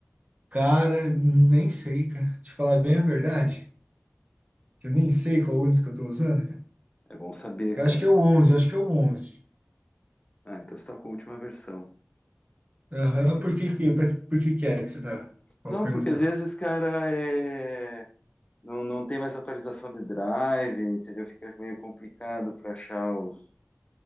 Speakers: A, on the right; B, on the left.
A: Cara, nem sei, cara. Te falar bem a verdade, que eu nem sei qual ônibus que eu tô usando, cara.
B: É bom saber,
A: Eu
B: cara.
A: acho que é o onze eu acho que é o onze
B: Ah, então você tá com a última versão.
A: Aham,
B: Daí.
A: por que que, pra- por que que é que você tá
B: Não,
A: perguntando?
B: porque às vezes, cara, é... não, não tem mais atualização de drive, entendeu? Fica meio complicado pra achar os...